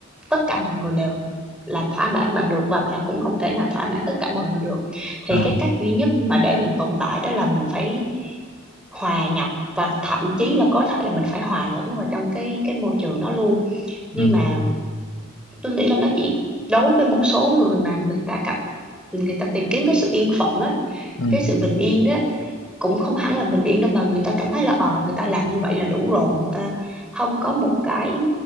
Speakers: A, in the centre; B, on the left (about 75°).
A: tất cả mọi người đều làm thỏa mãn bạn được và bạn cũng không thể nào thỏa mãn tất cả mọi người được thì
B: ờ,
A: cái cách duy nhất mà để mình tồn tại đó là mình phải hòa nhập và thậm chí là có thể là mình phải hòa lẫn vào trong cái cái môi trường đó luôn nhưng
B: ừ
A: mà tôi nghĩ là nó chỉ đối với một số người mà người ta cảm người ta tìm kiếm cái sự yên phận á
B: ừ
A: cái sự bình yên á cũng không hẳn là bình yên đâu mà người ta cảm thấy là ờ à, người ta làm như vậy là đủ rồi người ta không có một cái